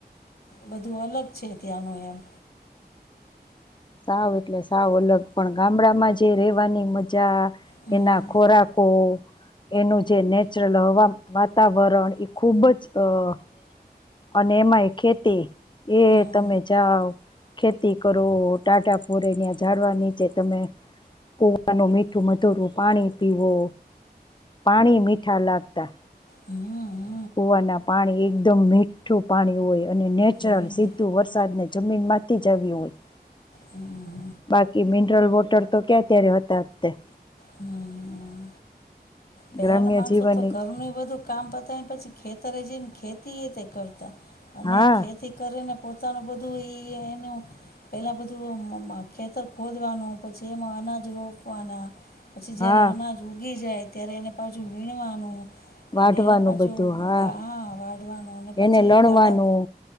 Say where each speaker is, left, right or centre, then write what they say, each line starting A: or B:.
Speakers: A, on the left (about 65°); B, on the left (about 25°).
A: બધું અલગ છે ત્યાંનું એમ
B: સાવ એટલે સાવ અલગ પણ ગામડામાં જે રહેેવાની મજા
A: હમ
B: એના ખોરાકો, એનું જે નેટ જલ હવા વાતાવરણ એ ખૂબ જ અહ અને એમાંય ખેતી એય
A: હમ
B: તમે જાઓ ખેતી કરો, ટાઢાપોરે ન્યાં ઝાડવા નીચે તમે કુવાનું મીઠું મધુરું પાણી પીવો, પાણી મીઠા લાગતા
A: હમ્મ.
B: કુવાના પાણી એકદમ મીઠું પાણી હોય અને નેચરલ
A: હમ
B: સીધું વરસાદ ને જમીનમાંથી જ આવ્યું હોય.
A: હમ્મ.
B: બાકી મિનરલ વોટર તો ક્યાં ત્યારે હતા તે.
A: હમ્મ. પહેલા
B: ગ્રામ્ય
A: ના માણસો
B: જીવનની
A: તો ઘર નુંય બધું કામ પતાય ને પછી ખેત તરે જે ખેતી એ તે કરતા અને
B: હા,
A: ખેતી કરીને પોતાનું બધું ઈ એનું પેલા <unintelligible> બધું ખેતર ખોદવાનું પછી એમાં અનાજ રોપવાના પછી જયારે
B: હા.
A: અનાજુ થી જાય ત્યારે એને પાછું વીણવાનું
B: વાઢવાનું
A: અને એના પાછું
B: બધું હા,
A: ગા વાઢવાનું અને પછી
B: એને લણવાનું,
A: ગાડા